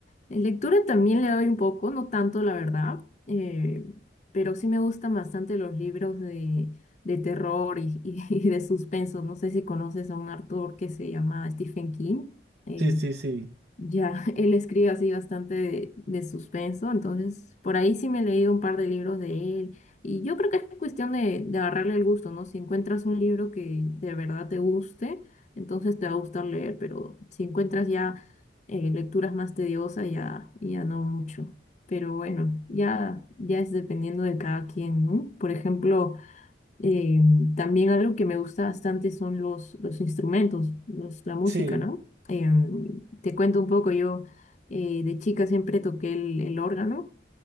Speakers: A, on the left; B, on the right.
A: En lectura también le doy un poco, no tanto la verdad, eh, pero sí me gustan bastante los libros de, de terror y, y- <laughs> y de suspenso. No sé si conoces a un autor que se llama Stephen King. eh,
B: Sí, sí, sí,
A: ya, <laughs> él escribe así bastante de, de suspenso, entonces por ahí sí me he leído un par de libros de él y yo creo que es cuestión de, de agarrarle el gusto, ¿no? Si encuentras un libro que de verdad te guste, entonces te va a gustar leer, pero si encuentras ya eh, lecturas más tediosas, ya, ya no mucho. Pero bueno, ya, ya es dependiendo de cada quien, ¿no? Por ejemplo... Eh, también algo que me gusta bastante son los, los instrumentos, los- la música,
B: sí.
A: ¿no? Em, te cuento un poco, yo eh, de chica siempre toqué el, el órgano